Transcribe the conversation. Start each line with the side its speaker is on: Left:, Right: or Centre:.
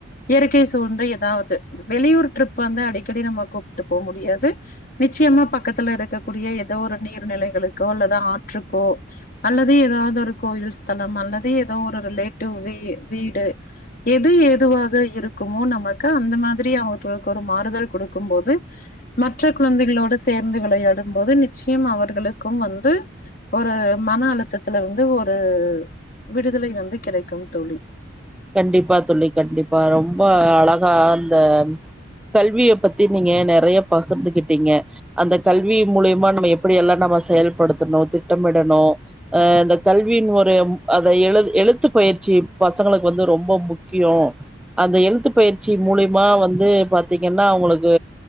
Left: இயற்கை சூழ்ந்த எதாவ து வெளியூர் ட்ரிப் வந்து அடி க்கடி நம்ம கூப்ட்டு போ முடியாது நிச்சயமா பக்கத்துல இரு க்கக்கூடிய எதோ ஒரு நீர்நிலைகளு க்கோ அல்லது ஆற்றுக்கோ அல்லது எதாவுது ஒரு கோயில் ஸ்தலம் அல்லது எதோ ஒரு ரிலேட்டிவ் வி வீடு எது ஏதுவாக இரு குமோ நமக்கு அந்த மாதிரி அவர்களுக்கு ஒரு மாறுதல் குடுக்கும் போது மத் மற்ற குழந்தைகளோடு சேர்ந்து விளையாடு டும் போது நிச்சயம் அவர்களுக்கு வந்து ஒரு மன அழுத்தத்துல வந்து ஒரு விடுதலை வந்து கிடைக்கும் தோழி
Centre: கண்டிப்பா தோழி கண்டிப்பா ரொம்ப அழகா அந்த கல்விய பத்தி நீங்க நெறைய பகிர்ந்துகிட்டிங்க அந்த கல்வி மூலியமா நம்ம எப்பிடி எல்லா நம்ம செயல்படுத்தணு திட்டமிடணு அ இந்த கல்வியின் ஒரு அத எழு எழுத்து பயிற்சி பசங்களுக்கு வந்து ரொம்ப முக்கியோம் அந்த எழுத்து பயிற்சி மூலியமா வந்து பாத்தீங்கன்னா அவுங்களுக்கு